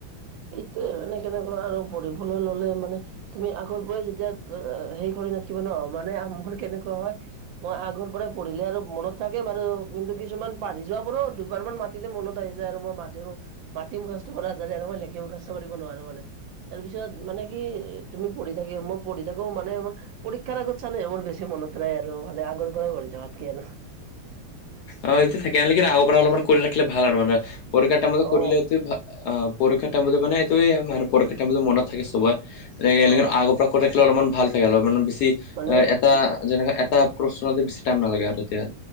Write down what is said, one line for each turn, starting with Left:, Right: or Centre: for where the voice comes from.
Right: এইটোৱে আৰু এনে কেনেকুৱা আৰু পঢ়িবলৈ ললে মানে তুমি আগৰ পৰাই যেতিয়া সেৰি কৰি নাথাকিব নহ, মানে আমাৰ কেনেকুৱা হয়, মই আগৰ পৰাই পঢ়িলে আৰু মনত থাকে বাৰু, কিন্তু কিছুমান পঢ়ি যোৱা বোৰো দুবাৰ মান মাতিলে মনত আহি যায়, আৰু মই মাতো মাটিম মুখাস্ত কৰাৰ যেনে মই লেখি মুখাস্ত কৰিব নোৱাৰো মানে তাৰ পিছত মানে কি, তুমি পঢ়ি থাকি মই পঢ়ি থাকিও মানে মোৰ পৰীক্ষাৰ আগত চালে মোৰ বেছি মনত থাকে আৰু মানে আগৰ পৰাই পঢ়ি থকাতকে আৰু
Left: অ এইটো থাকে, লেকিন আগৰ পৰা অলপমান কৰি ৰাখিলে ভাল আৰু মানে পৰীক্ষা টাইমত
Right: অ
Left: পঢ়িলে
Right: অ
Left: অ পৰীক্ষাৰ টাইম মানে এইটোৱে মানে, পৰীক্ষাৰ টাইমত মনত থাকে চবৰে
Right: অ
Left: আগৰ পৰা কণ্টেক্টৰ অলপ ভাল থাকে, অলপমানে বেছি
Right: মানে
Left: এটা যেনেকে এটা প্ৰশ্ন বেছি টাইম নালাগে আৰু তেতিয়া